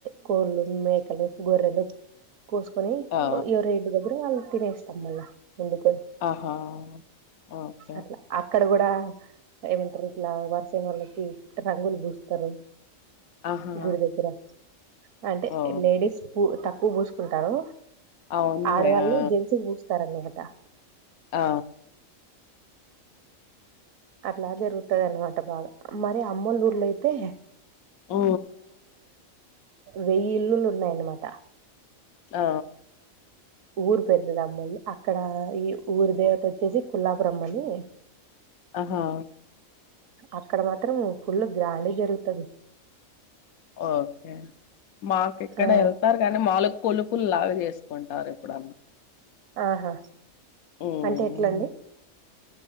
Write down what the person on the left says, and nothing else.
ఆ
ఆహా ఓకే
ఆహా
ఓ
అవునులే
ఆ
ఆ
ఆ
ఆ
ఆహా
ఓకే మాకు ఇక్కడ
వెళ్తారు కానీ మాలు కొలుపులు లావి చేసుకుంటారు ఇప్పుడున్న
హ్మ్